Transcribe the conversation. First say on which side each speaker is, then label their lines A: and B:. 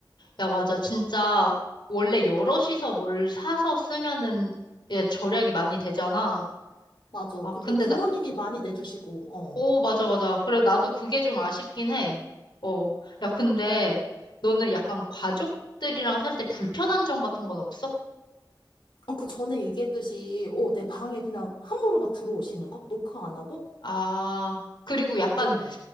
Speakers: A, on the left; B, on the left.
A: 야, 맞아. 진짜 원래 여럿이서 뭘 사서 쓰면은 예, 절약이 많이 되잖아.
B: 맞아.
A: 아,
B: 그리고
A: 근데
B: 또 부모님이
A: 나,
B: 많이 내주시고, 어.
A: 오, 맞아, 맞아. 그래, 나도 그게 좀 아쉽긴 해. 어. 야, 근데 너는 약간 가족들이랑 살 때 불편한 점 같은 건 없어?
B: 어, 그 전에 얘기했듯이, 어, 내 방에 그냥 함부로 막 들어오시는 거? 노크 안 하고?
A: 아, 그리고 약간
B: 어,